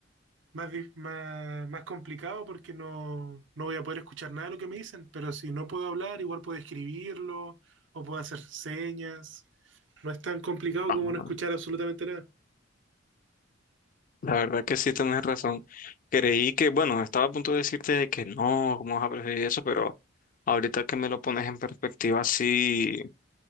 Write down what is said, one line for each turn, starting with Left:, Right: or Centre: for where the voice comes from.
Right: más, di- más, más complicado porque no, no voy a poder escuchar nada de lo que me dicen, pero si no puedo hablar, igual puedo escribirlo o puedo hacer señas. No es tan complicado
Left: ah,
Right: como no escuchar absolutamente nada.
Left: La verdad que sí tenés razón. Creí que, bueno, estaba a punto de decirte de que no, cómo vas a preferir eso, pero ahorita que me lo pones en perspectiva, sí,